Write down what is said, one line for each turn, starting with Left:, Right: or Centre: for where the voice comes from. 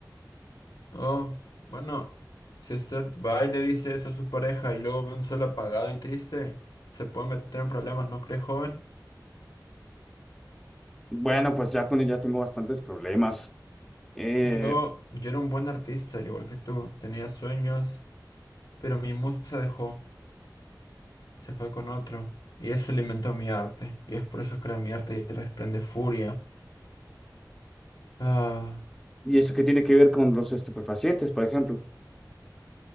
Left: Oh, bueno, si usted va y le dice eso a su pareja y luego ve un sol apagado y triste, se puede meter en problemas, ¿no cree, joven?
Centre: Bueno, pues ya con ella tengo bastantes problemas. Eh,
Left: Yo, yo era un buen artista, al igual que tú, tenía sueños, pero mi musa dejó, se fue con otro, y eso alimentó mi arte, y es por eso que ahora mi arte desprende furia. Ah,
Centre: ¿Y eso qué tiene que ver con los estupefacientes, por ejemplo?